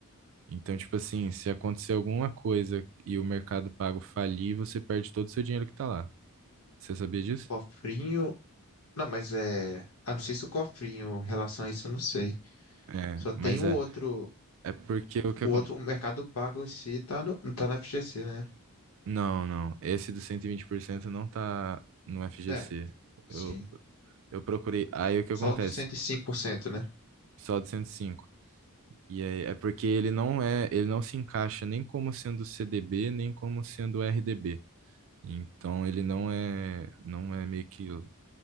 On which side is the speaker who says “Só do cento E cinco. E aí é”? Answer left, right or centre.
Right